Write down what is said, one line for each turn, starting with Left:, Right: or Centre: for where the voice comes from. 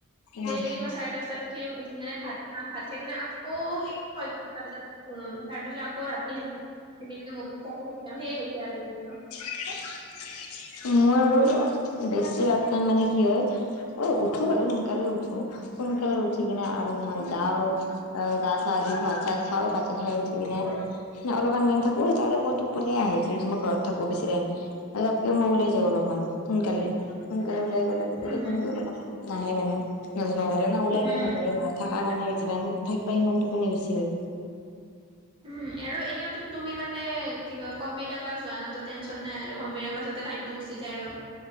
Left: উম
Right: ডেইলি মই চাৰে দহটাত উঠিম উঠি কিনে ভাত খাম ভাত খাই কিনে আকৌ সেই- সাতটা বজাতে তাৰপিছত আকৌ ৰাতি স মেলি মেলি মোবাইল চাই আকৌ সুই যাম সেইয় হৈছে আৰু দিনটো।
Left: ময় আৰু বেছিভাগ তাৰমানে কি হয়? অ উঠো বাৰু সোনকালে উঠো। সোনকালে উঠি কিনে আৰু মই যাওঁ অ গা-চা ধু ভাত- চাত খাও ভাত- ত খাই উঠি কিনে অলপমান টাইম থাকো আৰু মই টো- টোপনি এ আহে যদি মই ঘৰত থাকো বেছি টাইম। তাতকে মই ওলাই যাওঁ অলপমান সোনকালে সোনকালে ওলাই গ'লে তেতিয়া
Right: উম
Left: টোপনিটো অলপমান- নাহে মানে নোযোৱাৰ আগতে এনে ওলাই
Right: উম
Left: গলে মোৰ বাবে ভাল। থাকা মানে যিমান থাকিবা সিমান টোপনি বেছি হ'য়।
Right: উম আৰু এনেও তোন তুমি মানে কি কয় কম্পিউটাৰ ক্লাছ যোৱা নহয় ত' টেনচন নাই আৰু। কম্পিউটাৰ ক্লাছতে টাইমটো গুছি যায় আৰু।